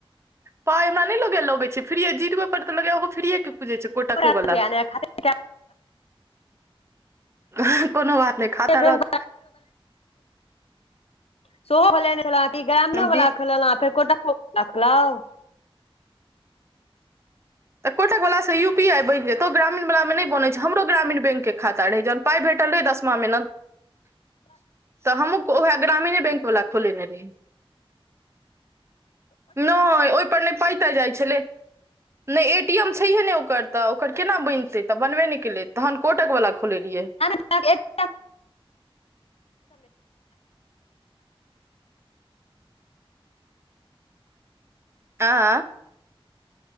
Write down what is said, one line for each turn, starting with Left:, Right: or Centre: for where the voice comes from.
Right: पााय हमरा नहि लगे लगे छै फि्रय जीरो तऽ लगो फिरए के खुजेय छै कोटक
Left: रुपैया
Right: वाला
Left: ने खाते
Right: हँ ह कोनो बात नहि खाता रहत
Left: बैंक <unintelligible> ग्रामीण वला
Right: बी
Left: खेलैनओं ल फेर कोटाकेँ वका खोलाउ
Right: तऽ कैटक वला सा यूपी आई बनि जेतौ ग्रामीण वला मे नए बनाई छै हमरो ग्रामीण बैंक के खाता आं रे जन पाइ भेटल रहै दशमा महिना <inaudible> तऽ हमहूँ उएह ग्रामीणे बैंक वला खोलेने रही न ओहिपर नहि पाइ ताई जाइ छलै नहि ए टी एम छैहे ने ओकर तऽ ओकर केना बनतै तऽ बनबे नहि केलै तहन कोटक वला खोलैलिय
Left: त एक
Right: अहाँ